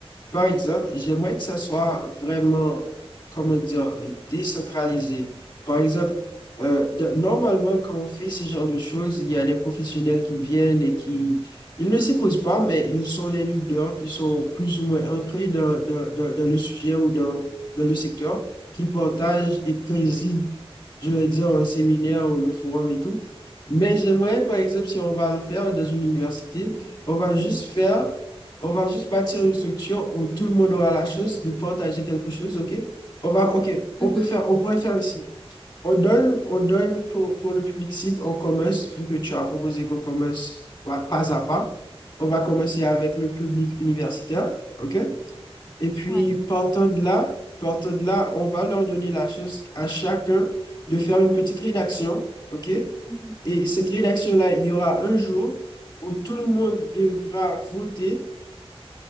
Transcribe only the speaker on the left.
Par exemple, j'aimerais que ça soit vraiment, comment dire, décentralisé. Par exemple, euh, de- normalement, quand on fait ce genre de choses, il y a des professionnels qui viennent et qui, ils ne s'y posent pas, mais ils sont les leaders qui sont plus ou moins ancrés dans, dans- dans- dans le sujet ou dans, dans le secteur, qui partagent et président je vais dire, un séminaire ou le forum et tout. Mais j'aimerais, par exemple, si on va le faire dans une université, on va juste faire, on va juste bâtir une structure où tout le monde aura la chance de partager quelque chose, OK? On va, OK, on
peut faire, on pourrait faire ici. On donne, on donne pour, pour le public cible, on commence, vu que tu as proposé qu'on commence pas pas à pas. On va commencer avec le public universitaire, OK? Et puis,
partant de là, partant de là, on va leur donner la chance à chacun de faire une petite rédaction, OK?
Et cette rédaction-là, il y aura un jour où tout le monde devra voter.